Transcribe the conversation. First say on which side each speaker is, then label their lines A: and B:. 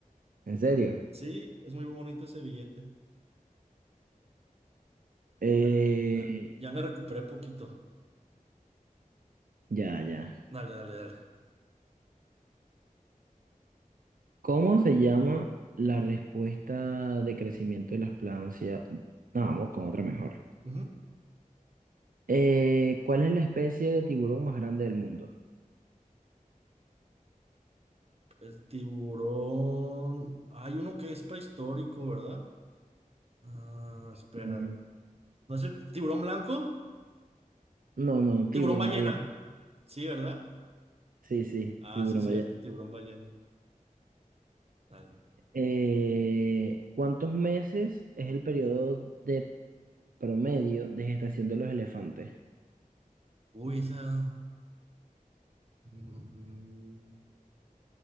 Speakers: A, on the right (about 75°); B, on the right (about 45°).
A: ¿En serio?
B: Sí, es muy bonito ese billete.
A: Eh,
B: Da- dale. Ya me recuperé poquito.
A: ya, ya.
B: Dale, dale, dale.
A: ¿Cómo se llama la respuesta de crecimiento de las plantas? No, vamos con otra mejor.
B: Ujú.
A: Eh, ¿cuál es la especie de tiburón más grande del mundo?
B: El tiburón. Hay uno que es prehistórico, ¿verdad? Ah, espera.
A: Mm,
B: ¿No es el tiburón blanco?
A: No, no, tiburón
B: Tiburón ballena.
A: ballena.
B: Sí, ¿verdad?
A: Sí, sí,
B: Ah,
A: tiburón
B: sí, cierto,
A: ballena.
B: tiburón ballena. Dale.
A: Eh, ¿cuántos meses es el periodo de promedio de gestación de los elefantes?
B: Uy, esa. mm,